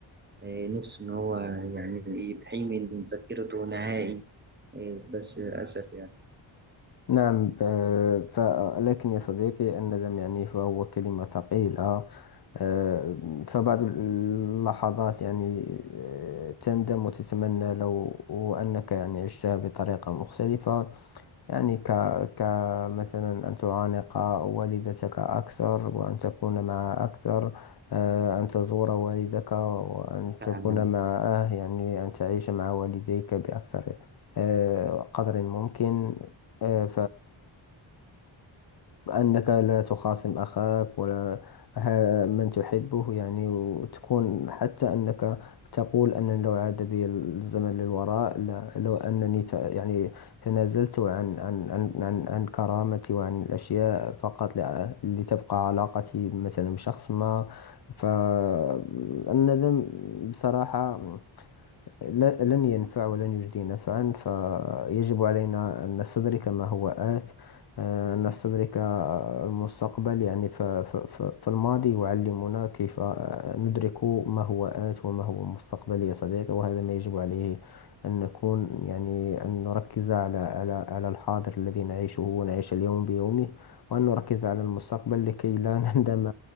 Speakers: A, on the right; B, on the left.
A: نفسه إن هو يعني يحيي من ذاكرته نهائي بس للأسف يعني
B: نعم آه، ف لكن يا صديقي الندم يعني فهو كلمة ثقيلة آه، فبعض اللحظات يعني آه، تندم وتتمنى لو أنك يعني عشتها بطريقة مختلفة يعني ك كمثلا أن تعانق والدتك أكثر وأن تكون معها أكثر آه، أن تزور والدك وأن
A: فعلا
B: تكون معه يعني أن تعيش مع والديك بأكثر آه، قدر ممكن آه، فأنك لا تخاصم أخاك ولا ه- من تحبه يعني وتكون حتى أنك تقول أن لو عاد بي الزمن للوراء لا لو أنني ت يعني تنازلت عن عن عن عن, عن كرامتي وعن الأشياء فقط لأ- لتبقى علاقتي مثلا بشخص ما فالندم بصراحة لا- لن ينفع ولن يجدي نفعا فيجب علينا أن نستدرك ما هو آت آه، أن نستدرك المستقبل يعني ف- ف- ف- فالماضي يعلمنا كيف آه، ندرك ما هو آت وما هو المستقبل يا صديقي وهذا ما يجب عليه أن نكون يعني أن نركز على على على الحاضر الذي نعيشه ونعيش اليوم بيومه وأن نركز على المستقبل لكي لا <laughs> نندم